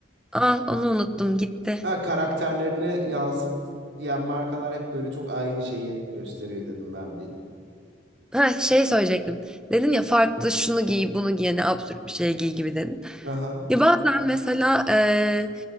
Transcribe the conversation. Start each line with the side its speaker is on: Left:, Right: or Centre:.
Centre: Aa onu unuttum gitti.
Right: Ha karakterlerini yansıt diyen markalar hep böyle çok aynı şeyi gösteriyor dedim ben bir.
Centre: Ha şey söyleyecektim. Dedin ya farklı şunu giy bunu giy ne absürt bir şey giy gibi dedin.
Right: Aha.
Centre: Ya bazen mesela e,